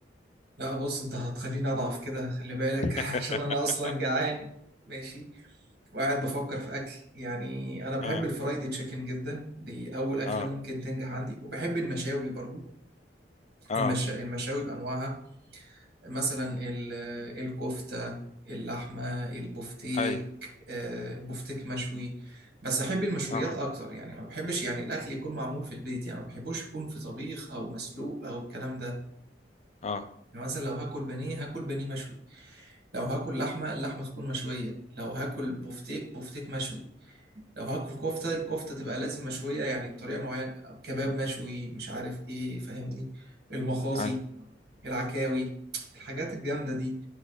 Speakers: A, on the right; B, on the left.
A: لا بص انت هتخليني اضعف كده خلي بالك
B: <laughs>
A: <laughs> عشان انا اصلا جعان ماشي وقاعد بفكر في اكل يعني انا بحب
B: اه
A: الفرايدي تشيكن جدا دي اول اكله
B: اه
A: ممكن تنجح عندي وبحب المشاوي برضو
B: اه
A: المشا... المشاوي بانواعها مثلا ال- الكفتة اللحمة البفتيك
B: اي
A: آه، البفتيك مشوي بس أحب المشويات
B: اه
A: أكتر يعني ما بحبش يعني الأكل يكون معمول في البيت يعني ما بحبوش يكون في طبيخ أو مسلوق أو الكلام ده
B: اه
A: يعني مثلا لو هاكل بانيه هاكل بانيه مشوي لو هاكل لحمة اللحمة تكون مشوية لو هاكل بفتيك بفتيك مشوي لو هاكل كفتة الكفتة تبقى لازم مشوية يعني بطريقة معينة كباب مشوي مش عارف ايه فاهمني المخاصي
B: اي
A: العكاوي الحاجات الجامدة دي